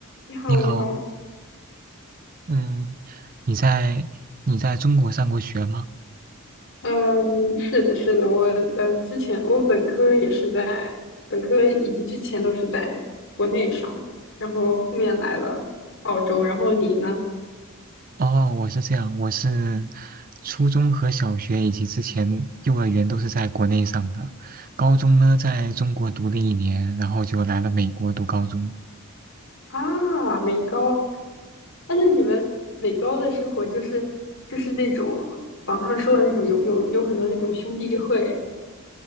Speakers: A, on the left; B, on the right.
A: 你好，
B: 你好，
A: 你好，
B: 嗯，你在你在中国上过学吗？
A: 嗯，是的，是的，我嗯，之前我本科也是在本科以及之前都是在国内上的，然后后面来了澳洲，然后你呢？
B: 哦，我是这样，我是初中和小学以及之前幼儿园都是在国内上的，高中呢在中国读了一年，然后就来了美国读高中。
A: 啊，美高，啊，那你们美高的生活就是就是那种网上说的那种有有有很多那种兄弟会